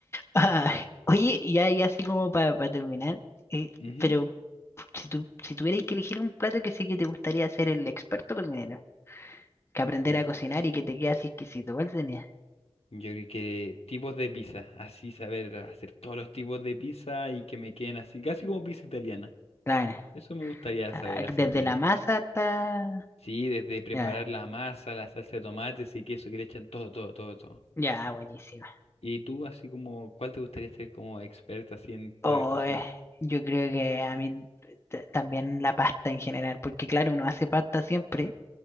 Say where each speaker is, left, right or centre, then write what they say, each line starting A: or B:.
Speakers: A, on the left; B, on the left.
A: Ah, oye, ya, ya así como para terminar, eh,
B: Ujú.
A: pero si tú, si tuvieras que elegir un plato que sí que te gustaría ser el experto cocinero, que aprender
B: Uh,
A: a cocinar y que te quede así exquisito, ¿cuál sería?
B: Yo creo que tipos de pizza, así saber hacer todos los tipos de pizza y que me queden así, casi como pizza italiana.
A: Claro,
B: Eso me gustaría
A: ah,
B: saber hacer
A: desde
B: bien.
A: la masa hasta...
B: Sí, desde preparar
A: Ya,
B: la masa, la salsa de tomates y queso que le echan todo, todo, todo, todo.
A: ya, buenísima.
B: Y tú, así como, ¿cuál te gustaría ser como experta así en poder
A: Oh,
B: cocinar?
A: eh, yo creo que a mí t- también la pasta en general, porque claro, uno hace pasta siempre.